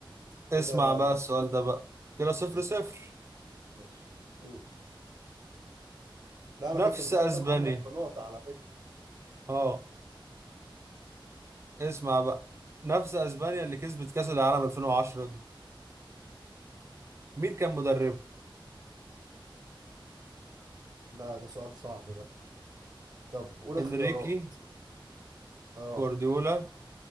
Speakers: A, on the right; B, on the right.
A: اسمع
B: كده
A: بقى السؤال ده بقى كده صفر
B: ماشي
A: صفر
B: ماشي قول لا
A: نفس
B: انا كنت متقدم
A: أسبانيا
B: عنك بنقطة على فكرة
A: اه اسمع بقى نفس أسبانيا اللي كسبت كأس العالم 2010 دي مين كان مدربها؟
B: ده ده سؤال صعب ده طب قول
A: إنريكي
B: اختيارات اه
A: كوارديولا